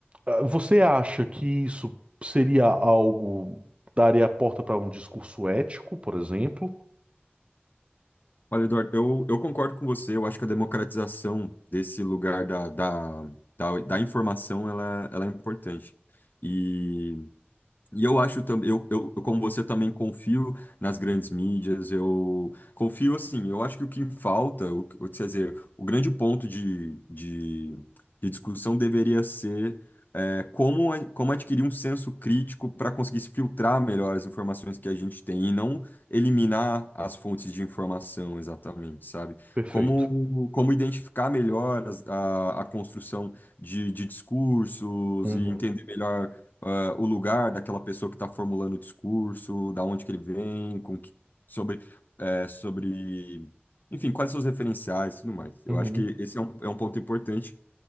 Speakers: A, on the right; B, on the left.
A: ah, Você acha que isso seria algo, daria a porta para um discurso ético, por exemplo?
B: Olha, Eduardo, eu, eu concordo com você. Eu acho que a democratização desse lugar da, da, da, da informação ela, ela é importante. E E eu acho também, eu, eu, eu, como você também confio nas grandes mídias, eu confio assim, eu acho que o que falta, o, que- quer dizer, o grande ponto de, de, de discussão deveria ser é, como, a- como adquirir um senso crítico para conseguir se filtrar melhor as informações que a gente tem e não eliminar as fontes de informação exatamente, sabe?
A: Perfeito.
B: Como, como identificar melhor as- a, a construção de, de discursos
A: Uhum,
B: e entender melhor ah, o lugar daquela pessoa que está formulando o discurso, da onde que ele vem, com que- sobre, eh, sobre, enfim, quais são os referenciais e tudo mais. Eu
A: uhum,
B: acho que esse é um, é um ponto importante